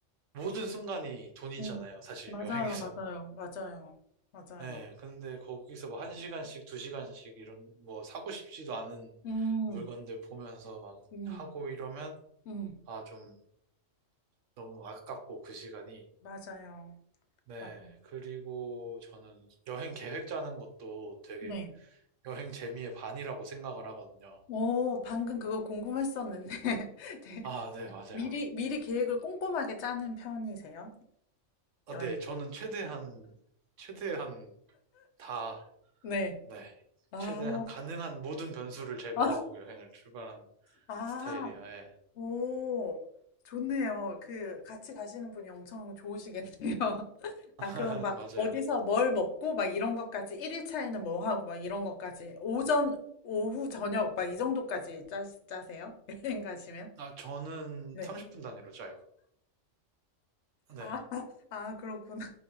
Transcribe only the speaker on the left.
음.
맞아요,
맞아요, 맞아요, 맞아요,
음,
음,
음.
맞아요.
맞-
네.
오, 방금 그거 궁금했었는데. <laughs> 네.
미리, 미리 계획을 꼼꼼하게 짜는 편이세요?
여행.
네.
아,
아,
아,
오, 좋네요. 그, 같이 가시는 분이 엄청 좋으시겠네요. <laughs> 아,
그럼 막,
어디서 뭘 먹고, 막 이런 것까지, 1일 차에는 뭐 하고, 막 이런 것까지, 오전, 오후, 저녁, 막 이 정도까지 짜, 짜세요? <laughs> 여행 가시면?
네.
아, <laughs> 아, 그렇구나.